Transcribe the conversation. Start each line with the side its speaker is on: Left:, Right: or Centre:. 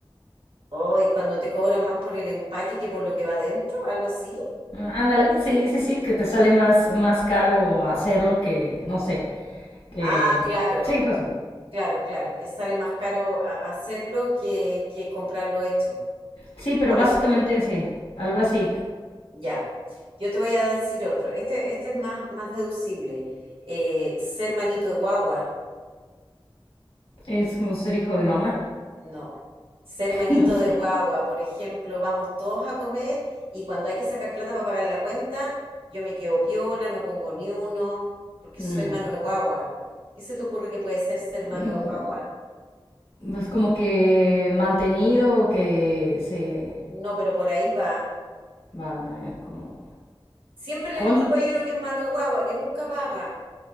Right: Oh, y cuando te cobran más por el empaque que por lo que va adentro, algo así.
Left: Ah, Ándale, sí, sí, sí, que te sale más, más caro hacerlo que, no sé, que...
Right: Ah, claro,
Left: Sí, hijo.
Right: claro, claro, que sale más caro a- hacerlo que, que comprarlo hecho.
Left: Sí, pero
Right: Por
Left: básicamente
Right: ejemplo,
Left: sí, algo así.
Right: ya, yo te voy a decir otro. Este, este es más, más deducible. Eh, ser manito de guagua.
Left: Es como ser hijo de mamá.
Right: No. Ser
Left: <laughs>
Right: manito
Left: No sé.
Right: de guagua, por ejemplo, vamos todos a comer y cuando hay que sacar plata para pagar la cuenta, yo me quedo piola, no pongo ni uno, porque
Left: Mm,
Right: soy mano de guagua. ¿Qué se te ocurre que puede ser ser mano
Left: mm,
Right: de guagua?
Left: Pues como que mantenido, que se
Right: No, pero por ahí va.
Left: va eh, como...
Right: Siempre en
Left: Con...
Right: el grupo hay uno que es mano de guagua, que nunca paga,